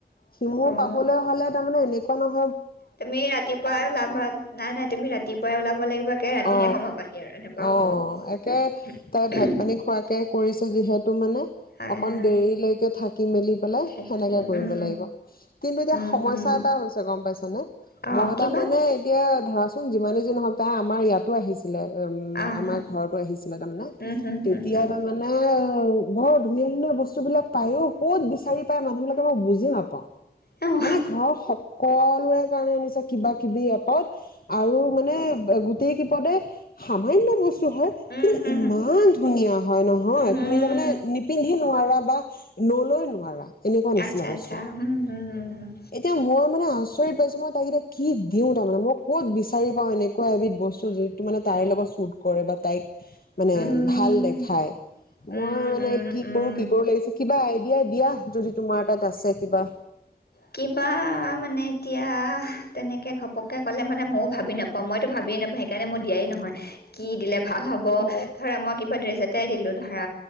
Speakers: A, on the left (about 65°); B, on the left (about 80°).
A: সিমূৰ পাবলৈ
B: অ
A: হ'লে তাৰমানে এনেকুৱা মা
B: তুমি ৰাতিপুৱাই ওলাবা নাই নাই তুমি ৰাতিপুৱাই ওলাব লাগিব একে ৰাতিহে
A: অ
B: সময় পাহি আৰু এনেকুৱা
A: অ
B: হব
A: একে তাই ভাত পানী খোৱাকে কৰিছে যিহেত তো মানে,
B: হয়
A: অকন
B: হয়
A: দেৰিলৈকে থাকি মেলি পেলাই
B: তাকে
A: সেনেকে কৰিব
B: উম
A: লাগিব। কিন্তু এতিয়া
B: উম
A: সমইছ-
B: উম উম
A: এটা হৈছে গম পাইছানে,
B: অ
A: মই
B: কিবা
A: তাৰমানে এতিয়া ধয়াচু যিমানে যি নহক, তাই আমাৰ ইয়াতো আহিছে। লে এম
B: আহ
A: আমাৰ
B: হা
A: ঘৰতো আহিছিলে তাৰমানে
B: উম হুম
A: তেতিয়াই
B: হুম হুম
A: তাৰমানে অ বৰ ধুনীয়া ধুনীয়া বস্তুবিলাক পায় ও ক'ত বিচাৰি প মানুহবিলাকক মই বুজি নাপাওঁ
B: উম
A: মানে ঘৰৰ সকলোৱে কাৰণ আনিছো কিবা কিবি এপত আৰু মানে বে গোট <unintelligible> পদে সামান্য বস <unintelligible> হয়
B: উম
A: কিন্তু
B: হুম
A: ইমান ধুনীয়া হয় নহয়,
B: উম
A: তুমি তাৰমানে নিপিন্ধি নোৱাৰা বস্ক্স নলৈ নোৱাৰা। এনেকুৱা নিচিনা
B: আচ্ছা
A: বস্তু
B: আচ্ছা হম, হম, হম, হম।
A: এতিয়া মই মানে আচৰিত পাইছোঁ মই তাইক এতিয়া কি দিওঁ তাৰ মানে মই ক'ত বিচাৰি পাওঁ এনেকুৱা এবিধ বস্তু যিটো মানে তাইৰ লগত শ্বুট কৰে বা তাইক মানে
B: উম
A: ভাল দেখায়। মই
B: উম
A: মানে
B: উম
A: কি
B: উম
A: কৰো, কি কৰো লাগিছে কিবা আইডিয়া দিয়া যদি তোমাৰ তাত আছে কিবা
B: কিবা মানে এতিয়া তেনেকে ঘপকে ক'লে মানে ময়ো ভাবি নাপাওঁ মইতো ভাবিয়ে নাপাওঁ সেইকাৰণে মই দিয়াই নহয় কি দিলে ভাল হ'ব,
A: অ
B: ধৰা মই কিবা ড্ৰেছ এ এটাই দিলো ধৰা